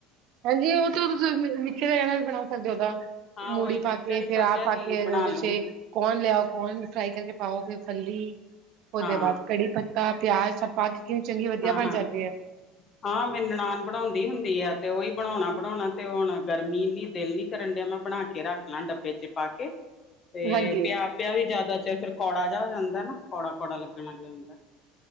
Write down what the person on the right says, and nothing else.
ਹਾਂਜੀ ਉਹ ਤੇ ਤੁਸੀਂ ਮਚੇ ਦਾ ਜ <inaudible> <unintelligible>
ਮੂੜੀ
ਪਾ
ਕੇ
ਫੇਰ
ਆ ਪਾ
ਕੇ
ਉਹਦੇ
ਚ ਕੋਨ ਲਿਆਓ ਕੋਨ ਫਰਾਈ ਕਰਕੇ ਪਾਓ ਫਿਰ ਥੱਲੀ ਉਹਦੇ
ਬਾਅਦ ਕੜੀ ਪ ਪਿਆਜ਼ ਸ ਪਾ ਕੇ ਕਿਵੇਂ ਚੰਗੀ ਵਧੀਆ
ਬਣ
ਜਾਂਦੀ ਹੈ
ਹਾਂਜੀ।